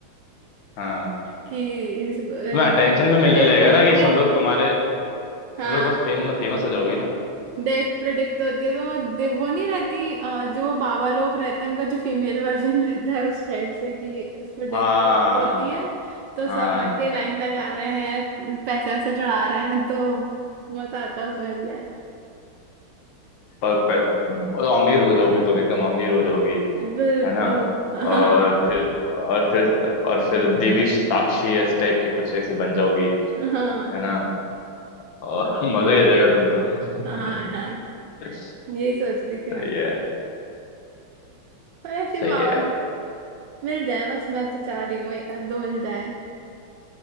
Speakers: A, on the left; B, on the right.
A: हाँ
B: कि इनको इनको
A: तुम्हें अटेंशन
B: प्रेडिक्ट
A: भी मिलने लगेगा
B: होती
A: ना कि सब
B: है
A: लोग तुम्हारे तुम
B: हाँ
A: लोग बस फेम फेमस हो जाओगी ना
B: डेथ प्रेडिक्ट होती है तो वो दे- वो नहीं रहती अ, जो वो बाबा लोग रहते हैं उनका जो फीमेल वर्जन <laughs> रहता है उस टाइप से कि इसको डेथ
A: हाँ
B: प्रेडिक्ट होती है तो
A: हाँ
B: सब आके लाइन लगा रहे हैं पैसे वैसे चढ़ा रहे हैं तो मजा आता है उसमें भी यार
A: पर, पर और अमीर हो जाओगी तुम एकदम अमीर हो जाओगी
B: बिल्कुल
A: है ना
B: हाँ
A: और फिर और फिर और फिर देवी साक्षी इस टाइप की कुछ ऐसे बन जाओगी
B: हाँ
A: है ना और <laughs> मजा ही आ जाएगा तुम्हें तो
B: हाँ हाँ
A: <laughs>
B: यही सोच रही थी
A: सही है
B: पर ऐसी
A: सही
B: पावर
A: है यार
B: मिल जाए बस मैं तो चाह रही हूँ एक आध दो मिल जाए